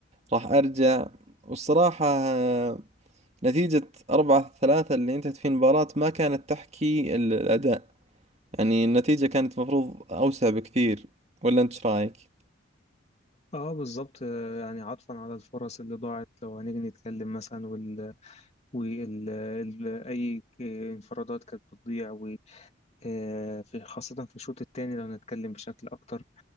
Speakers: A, on the right; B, on the left.
A: راح ارجع والصراحة آه، نتيجة أربعة ثلاثة اللي انتهت في المباراة ما كانت تحكي ال- الأداء يعني النتيجة كانت مفروض أوسع بكثير ولا أنت إيش رأيك؟
B: اه بالظبط آه، يعني عطفا على الفرص اللي ضاعت لو هنيجي نتكلم مثلا وال, وال... ال... اي ك- انفرادات كانت بتضيع و... آه، في خاصة في الشوط الثاني لو هنتكلم بشكل اكتر